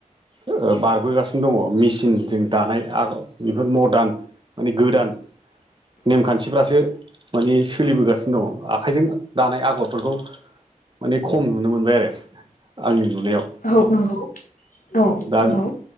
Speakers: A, on the right (about 35°); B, on the left (about 80°).
A: ओ बारबोगासिनो दङ मेसिनजों दानाय आगर बेफोर मदार्न माने गोदान नेमखान्थिफ्रासो माने सोलिबोगासिनो दङ आखाइजों दानाय आगरफोरखौ माने खम नुनो मोनबाय आरो आंनि नुनायाव।
B: औ नंगौ। औ
A: दा
B: नंगौ